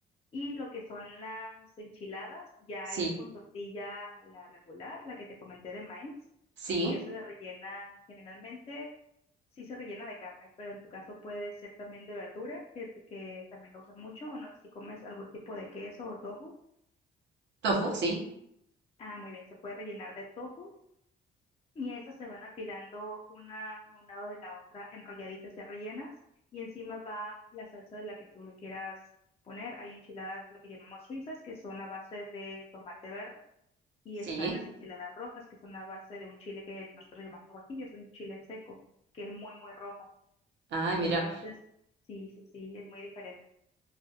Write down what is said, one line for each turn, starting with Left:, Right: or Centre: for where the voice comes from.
Left: Y lo que son las enchiladas ya
Right: sí,
Left: es con tortilla la regular, la que te comenté de maíz,
Right: sí.
Left: y esa la rellenan generalmente, sí se rellena de carne, pero en tu caso puede ser también de verdura, que, que también lo usan mucho, o no sé si comes algún tipo de queso o tofu.
Right: Tofu, sí,
Left: Ah, muy bien, se puede rellenar de tofu y esas se van apilando una a un lado de la otra, enrolladitas ya rellenas, y encima va la salsa de la que tú lo quieras poner. Hay enchiladas, lo que llamamos suizas, que son a base de tomate verde y están
Right: sí.
Left: las enchiladas rojas, que son a base de un chile que nosotros llamamos guajillo, es un chile seco, que es muy, muy rojo.
Right: Ay, mira.
Left: Entonces, sí, sí, sí, es muy diferente.